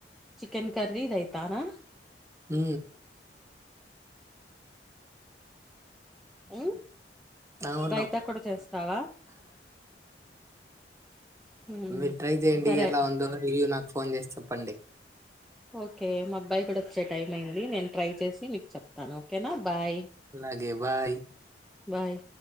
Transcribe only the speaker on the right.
ఉ
అవును.
మీరు ట్రై జెయ్యండి
ఎలా వుందో రివ్య్ నాకు ఫోన్ జేసి చెప్పండి
అలాగే బాయ్